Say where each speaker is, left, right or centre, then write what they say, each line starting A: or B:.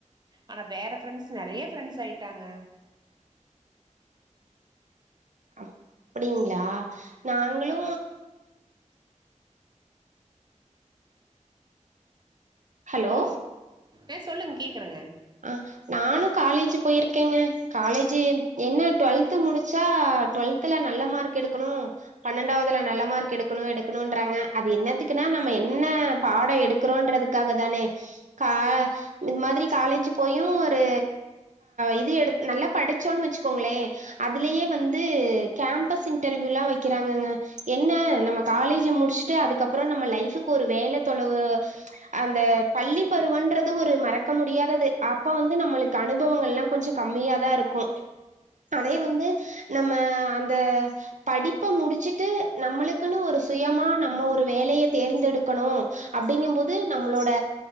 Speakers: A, on the right (about 35°); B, on the right (about 70°).
A: ஆனா வேற ஃப்ரண்ட்ஸ் நெறைய ஃப்ரெண்ட்ஸ் ஆயிட்டாங்க
B: அப்படிங்களா நாங்களு ஹலோ
A: ஆஹ் சொல்லுங்க கேக்குறங்க
B: அஹ் நானும் காலேஜ் போயிருக்கங்க காலேஜு என்ன டுவெல்த்து முடிச்சா டுவெல்த்துல நல்ல மார்க் எடுக்கணு பன்னெண்டாவதுல நல்ல மார்க் எடுக்கணு எடுக்கணுன்றாங்க அது என்னத்துக்குனா நாம என்ன பாடோ எடுக்கறோன்றதுக்காக தானே கா இது மாதிரி காலேஜு போயு ஒரு இது எடு நல்லா படிச்சோன் வச்சுக்கோங்களே அதுலயே வந்து கேம்பஸ் இன்டர்வியூ லா வக்கிறாங்கங்க என்ன நம்ம காலேஜ் முடிச்சுட்டு அதுக்கப்புற நம்ம லைஃப்க்கு ஒரு வேல தொலவு அந்த பள்ளி பருவன்றது ஒரு மறக்க முடியாதது அப்ப வந்து நம்மளுக்கு அனுபவங்கள் எல்லா கொஞ்ச கம்மியாதா இருக்கு அதே வந்து நம்ம அந்த படிப்ப முடிச்சுட்டு நம்மளுக்குன்னு ஒரு சுயமா நம்ம ஒரு வேலைய தேர்ந்தெடுக்கணு அப்படிங்கம் போது நம்மளோட